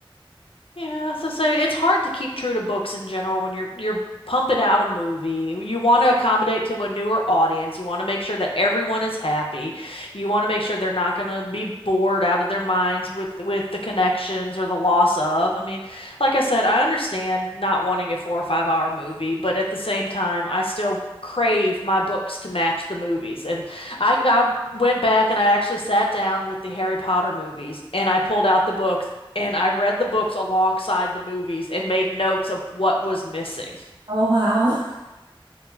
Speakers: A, on the left (about 75°); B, on the right (about 55°).
A: Yeah, so so it's hard to keep true to books in general when you're you're pumping out a movie. You want to accommodate to a newer audience. You want to make sure that everyone is happy. You want to make sure they're not going to be bored out of their minds with with the connections or the loss of. I mean, like I said, I understand not wanting a four or five hour movie, but at the same time, I still crave my books to match the movies. And I I went back and I actually sat down with the Harry Potter movies and I pulled out the books and I read the books alongside the movies and made notes of what was missing.
B: Oh wow. <laughs>